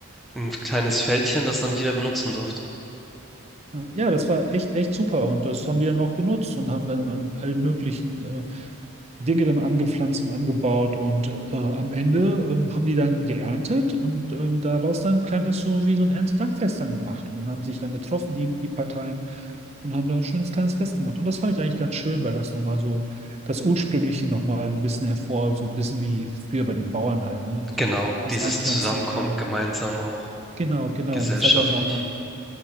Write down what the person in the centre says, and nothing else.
ein kleines Feldchen, das dann jeder benutzen durfte.
Genau,
dieses
Zusammenkommen
gemeinsam auch
gesellschaftlich.